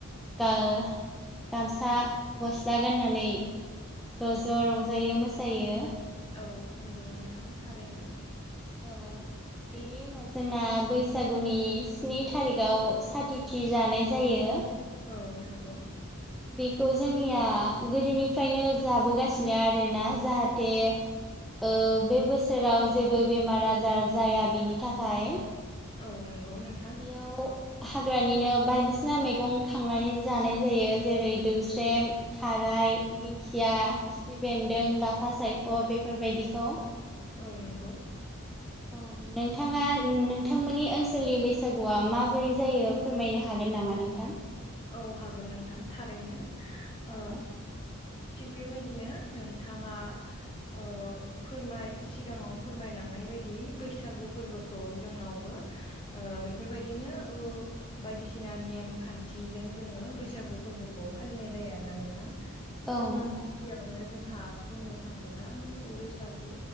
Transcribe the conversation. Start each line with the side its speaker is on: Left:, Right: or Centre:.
Centre: गामसा गस्ला गाननानै ज' ज' रंजायो मोसायो।
Left: औ नोंगौ नोंथां थारैनो
Centre: औ बेनि
Left: थिग
Centre: उनाव जोंना बैसागुनि स्नि तारिखाव साथिथि जानाय जायो।
Left: औ नोंगौ।
Centre: बेखौ जोंनिया गोदोनिफ्रायनो जाबोगासिनो आरोना जाहाथे ओ बे बोसोराव जेबो बेमार आजार जाया बेनि थाखाय
Left: औ नोंथां
Centre: बेयाव हाग्रानिनो बायदिसिना मैगं खांनानै जानाय जायो जेरै दौस्रेम थार राइ दिंखिया खिफि बेन्दों लाफा सायख' बेफोरबायदिखौ
Left: औ नोंगौ।
Centre: औ नोंथाङा नोंथांमोननि ओनसोलनि बैसागुआ माबोरै जायो फोरमायनो हागोन। नामा नोंथां?
Left: औ हागोन नोंथां थारैनो ओ
Centre: औ
Left: थिग बेबायदिनो नोंथाङा ओ फोरमाय सिगाङाव फोरमायलांनाय बायदि बैसागु फोरबोखौ जोंनावबो ओ बेफोरबायदिनो ओ बायदि सिना नेम खान थिजों जोङो बैसागु फोरबोखौ फालिनाय जायो आरोना नोंथां जोङो
Centre: औ नोंथां
Left: गिबियावनो जोंहा बुंनो थाङोब्ला मोसौ बैसागु